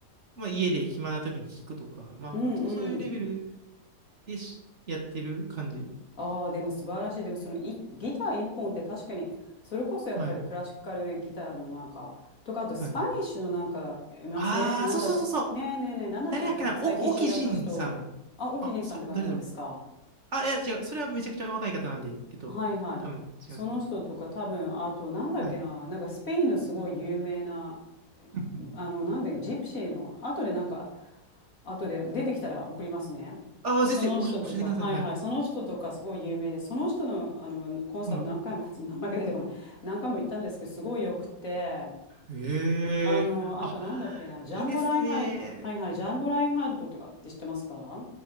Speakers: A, on the right; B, on the left.
A: まあ、家で暇な時に弾くとか、まあ、
B: うんうん。
A: 本当そういうレベルでしやってる感じ。
B: ああ、でも素晴らしい。でもそのいギター一本って確かに、それこそやっぱりクラシカルギターのなんか、
A: はい
B: とか、あとスパニッシュのなんか、
A: はい。
B: いませんなんだ、
A: ああ、そうそうそうそう。
B: ねえねえねえ、なんだったっけな、
A: 誰だっけな、
B: 最近死んじゃった人。
A: お、沖仁さん。
B: あ、オキジンさんって方なんですか。
A: あ、さ、誰だろう。あ、いや、違う。それはめちゃくちゃ若い方なんで、えっと、
B: はいはい。
A: 多分違うんですけど。
B: その人とか多分、あと、なんだっけな、
A: はい。
B: なんかスペインのすごい有名な、
A: うんうん
B: あの、なんで、ジプシーの、後でなんか、後で出てきたら送りますね。
A: ああ、
B: その人とか、
A: ぜひ、おし、教えてください。
B: はいはい、
A: はい。
B: その人とかすごい有名で、その人の、あのコンサル何回も、
A: は
B: <laughs> 名前が出てこない、何回も行ったんですけど、すごいよくて、
A: い。<laughs> へえ。
B: あの、あとなんだっけな、
A: あ、いいですね。
B: ジャンゴ・ラインハルト、はいはい、ジャンゴ・ラインハルトとかって知ってますか